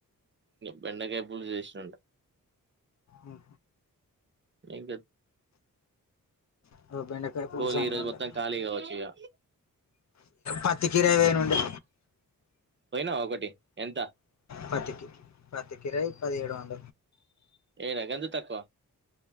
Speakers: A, on the right (about 35°); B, on the left (about 50°).
A: బెండకాయపులు చేేషట్ంట
B: ఓ
A: ఇకా
B: ఓ బెండకాయ పులుసు
A: పోలు
B: అన్నుండే
A: ఈరోజు మొత్తం ఖాళీ కావచ్చు ఇక
B: పత్తి కీర వేయనుండే
A: పోయినా ఒకటి ఎంత
B: పతికి పతికిరయి పదిడు వంట
A: ఏనా గంధ తక్కువ